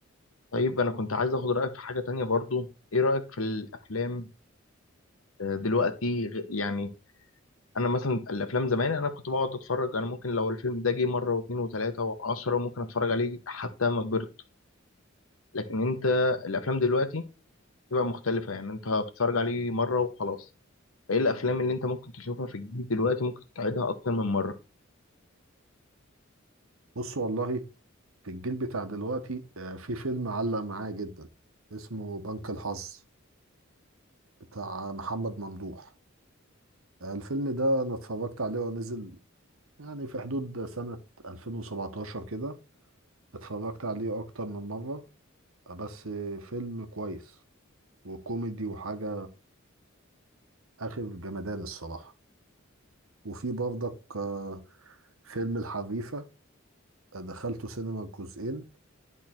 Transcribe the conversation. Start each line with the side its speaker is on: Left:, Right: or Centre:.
Left: طيب أنا كنت عايز آخد رأيك في حاجة تانية برضو إيه رأيك في الأفلام آه، دلوقتي غ- يعني أنا مثلا الأفلام زمان أنا كنت بقعد أتفرج أنا ممكن لو الفيلم ده جه مرة واتنين وتلاتة وعشرة ممكن أتفرج عليه حتى ما كبرت لكن أنت الأفلام دلوقتي تبقى مختلفة يعني انت بتتفرج عليه مرة وخلاص ايه الافلام اللي انت ممكن تشوفها في الجديد دلوقتي ممكن تعيدها اكتر من مرة
Right: بص والله في الجيل بتاع دلوقتي آه، في فيلم علق معايا جدا اسمه بنك الحظ بتاع محمد ممدوح آه، الفيلم ده انا اتفرجت عليه ونزل يعني في حدود سنه 2017 كده اتفرجت عليه اكتر من مره آه، بس فيلم كويس وكوميدي وحاجة آخر جمدان الصراحة وفي برضك آه، فيلم الحريفة آه، دخلته سينما الجزئين